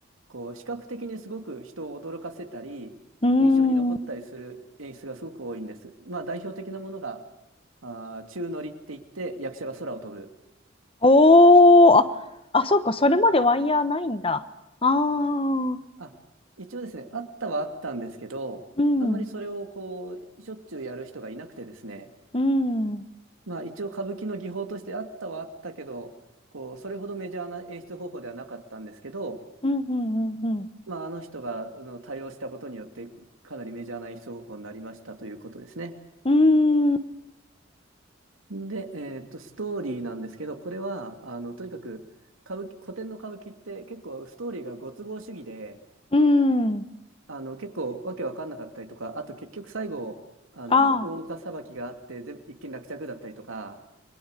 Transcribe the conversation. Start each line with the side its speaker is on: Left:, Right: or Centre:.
Right: こう、視覚的にすごく人を驚かせたり、
Left: うん。
Right: 印象に残ったりする演出がすごく多いんです。
Left: うーん。
Right: まあ、代表的なものが、あー宙乗りって言って、役者が空を飛ぶ。
Left: おー。あ、あ、そうか。それまでワイヤーないんだ。あー。
Right: あ、一応ですね、あったはあったんですけど、
Left: うん。
Right: あんまりそれをこう、しょっちゅうやる人がいなくてですね、
Left: うん。うん
Right: まあ一応歌舞伎の技法としてあったはあったけど、こう、それほどメジャーな演出方法ではなかったんですけど、
Left: うんうん
Right: まああの人があの対応したことによってかなりメジャーな演出方法になりましたということですね。
Left: うん。うーん。
Right: で、えーっと、ストーリーなんですけど、これは、あの、とにかく歌舞伎、古典の歌舞伎って結構ストーリーがご都合主義で、
Left: うん。
Right: あの、結構わけわかんなかったりとか、あと結局最後、あの、
Left: あ
Right: 大岡裁きがあって、全部一件落着だったりとか、